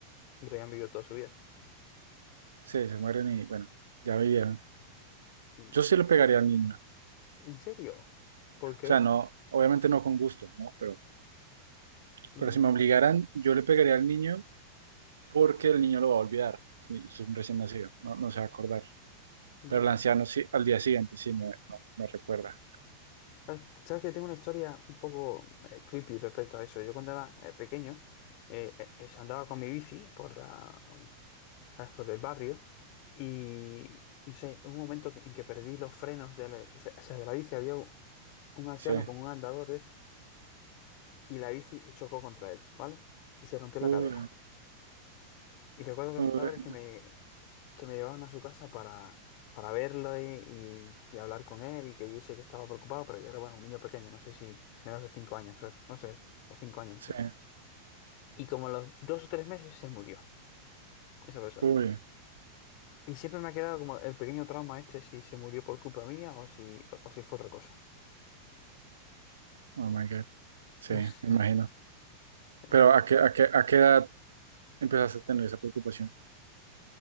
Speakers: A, on the left (about 45°); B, on the right (about 65°).
A: pero ya han vivido toda su vida.
B: Sí, se mueren y bueno, ya vivieron.
A: Mm.
B: Yo sí le pegaría al niño.
A: ¿En serio? ¿Por qué?
B: O sea, no, obviamente no con gusto, ¿no? Pero,
A: Mm,
B: pero si me obligaran, yo le pegaría al niño porque el niño lo va a olvidar. si, si Es un recién nacido, no, no se va a acordar.
A: No.
B: Pero el anciano sí, al día siguiente sí me, me, me recuerda.
A: ¿Sabes, sabes que yo tengo una historia un poco eh, creepy respecto a eso? Yo cuando era eh, pequeño eh, eh, eh, andaba con mi bici por la, ¿sabes? por el barrio y, no sé, hubo un momento que- en que perdí los frenos de la, o sea, de la bici. Había un anciano
B: Sí.
A: con un andador de estos y la bici chocó contra él, ¿vale? Y se rompió la
B: Uy,
A: cadera. Y recuerdo que
B: uy,
A: mis padres que me, que me llevaban a su casa para, para verlo y, y- y hablar con él y que viese que estaba preocupado, pero yo era, bueno, un niño pequeño, no sé si, si menos de cinco años, no sé, no sé, o cinco años,
B: sí.
A: no sé. Y como a los dos o tres meses se murió esa persona.
B: Uy,
A: Y siempre me ha quedado como el pequeño trauma este, si se murió por culpa mía o si, o si fue otra cosa.
B: oh my God. Sí,
A: <laughs>
B: me imagino.
A: No
B: Pero
A: sé.
B: ¿a qué, a qué, a qué edad empezaste a tener esa preocupación?